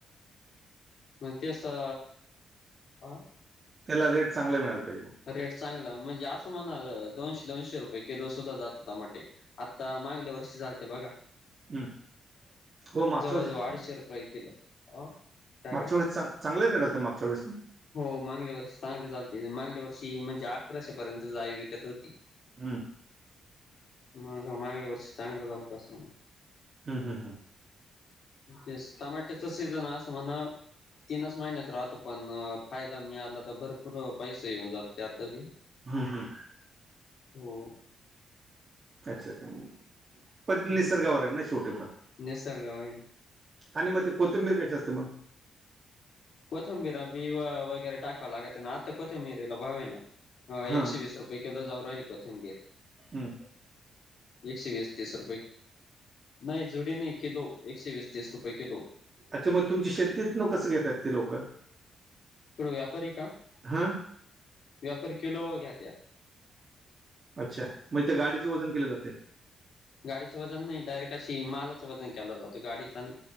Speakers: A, on the left; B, on the right.
A: मग ते असं, अ-
B: त्याला रेट चांगला मिळायला पाहिजे.
A: रेट चांगला म्हणजे असं म्हणा दोनशे दोनशे रुपये किलो सुद्धा जाता टमाटे. आता माांगल्या वर्षी झालते बघा.
B: हम् हो मागच्या
A: जवळजवळ
B: वर्षी,
A: अडीचशे रुपये किलो. अ काय
B: मागच्या
A: काय
B: वर्षी चांग- चांगले रेट होता मागच्या वळेस.
A: हो मांगल्या वर्षी चांगले मग झालते मांगल्या वर्षी म्हणजे आकराशे पर्यंत जाळी विकत होती.
B: हम्म.
A: मग मांगल्या वर्षी चांगलं झालतं असं म्हण-
B: हम् हम् हम
A: तेच टमाट्याचं सीजन असं म्हणा- तीनच महिन्याच राहत पण फायदा मिळाला तर भरपूर पैसे येऊन जातो त्यात बी.
B: हम् हम्
A: हो.
B: अच्छा अच्छा. पण
A: हम्म
B: निसर्गावर आहे ना शेवटी पण
A: निसर्गावर आहे ना
B: आणि मग ते कोथिंबीर कशी असते मग?
A: कोथंबीरा बी वगैरे टाकावं लागत ना आता कोथंबिरीला भाव आहे ना
B: हां
A: एकशे वीस रुपये. पैकीला जाऊ राहिली कोथिंबीर.
B: हं.
A: एकशे वीस तीस रुपये. नाही जुडी नाही किलो. एकशे वीस तीस रुपये किलो.
B: अच्छा मग तुमची शेतीत नोकसं घेतात ते लोकं.
A: कोण व्यापारी का?
B: हा
A: व्यापारी किलो वर घेत्या.
B: अच्छा, म्हणजे त्या गाडीचे वजन केले जातय?
A: गाडीचं वजन नाही, डायरेक्ट अशी मालचं वजन केला जातो. गाडीचा नाही.